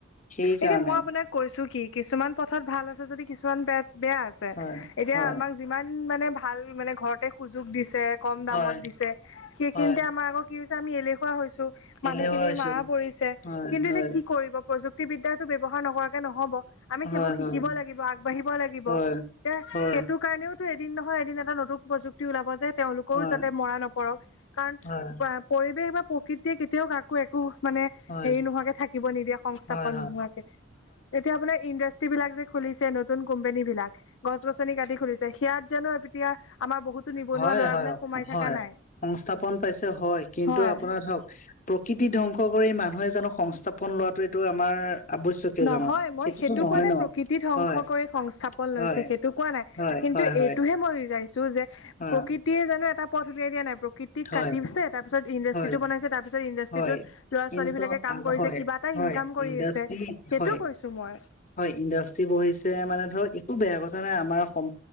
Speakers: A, on the left (about 40°); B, on the left (about 75°).
A: সেই
B: এতিয়া
A: কাৰণে।
B: মই আপোনাক কৈছো কি কিছুমান পথত ভাল আছে যদি কিছুমান ব বেয়া আছে
A: হয়
B: এতিয়া
A: হয়
B: আমাক যিমান মানে ভাল মানে ঘৰতে সুযোগ দিছে কম দামত
A: হয়
B: দিছে সেইখিনিতে
A: হয়
B: আমাৰ আকৌ কি হৈছে আমি এলেহুৱা হৈছো মানুহখিনিৰ
A: এলেহুৱা হৈছো
B: মৰা পৰিছে।
A: হয়
B: কিন্তু
A: হয়
B: এতিয়া কি কৰিব প্ৰযুক্তিব বিদ্যাটো ব্যৱহাৰ নকৰাকে নহব আমি
A: হয়
B: সেইবোৰ শিকিব
A: হয়
B: লাগিব আগবাঢ়িব লাগিব।
A: হয়
B: এতিয়া
A: হয়
B: সেইটো কাৰণেওতো এদিন নহয় এদিন এটা নতুন প্ৰযুক্তি ওলাব যে তেওঁলোকৰো
A: হয়
B: যাতে মৰা নপৰক। কাৰণ
A: হয়
B: পৰিৱেশ বা প্ৰকৃতিয়ে কেতিয়াও কাকো একো মানে
A: হয়
B: হেৰি নোহোৱাকে থাকিব নিদিয়ে সংস্থাপন
A: হয় হয় হয় হয়
B: নোহোৱাকে এতিয়া আপোনাৰ ইণ্ডাষ্ট্ৰিজ ইণ্ডাষ্ট্ৰিজ বিলাক যে খুলিছে নতুন কোম্পানী বিলাক গছ গছনি কাটি খুলিছে সেয়াত জানো এতিয়া। আমাৰ বহুতো নিবনুৱা
A: হয়
B: ল'ৰাবিলাক
A: হয়
B: সোমাই
A: হয় হয়
B: থাকা নাই।
A: সংস্থাপন পাইছে হয় কিন্তু
B: হয়।
A: আপোনাৰ ধৰক প্ৰকৃতি ধ্বংস কৰি মানুহে জানো সংস্থাপন লোৱাটো এইটো আমাৰ আৱশ্যকীয়
B: নহয়
A: জানো
B: মই
A: সেইটোতো
B: সেইটো
A: নহয়
B: কোৱা নাই
A: ন
B: প্ৰকৃতি ধ্বংস
A: হয়
B: কৰি সংস্থাপন
A: হয়,
B: লৈছে সেইটো কোৱা নাই
A: হয়,
B: কিন্তু
A: হয়, হয়,
B: এইটোহে মই ৰিজাইছো যে,
A: হয়,
B: প্ৰকৃতিয়ে জানো এটা পথ উলিয়াই দিয়া নাই, প্ৰকৃত টি
A: হয়,
B: কাটিছে, তাৰপিছত ইন্দাষ্ট্ৰি
A: হয়,
B: টো বনাইছে তাৰপিছত ইন্দাষ্ট্ৰি ইন্দাষ্ট্ৰিটোত
A: হয়।
B: ল'ৰা
A: কিন্তু
B: ছোৱালী বিলাকে কাম
A: আ-
B: কৰিছে,
A: হয়,
B: কিবা এটা
A: হয়
B: ইনকাম কৰি
A: ইণ্ডাষ্ট্ৰি
B: আছে। সেইটো
A: হয়
B: কৈছো মই
A: হয়, ইণ্ডাষ্ট্ৰি বহিছে মানে ধৰক একো বেয়া কথা নাই, আমাৰ অসম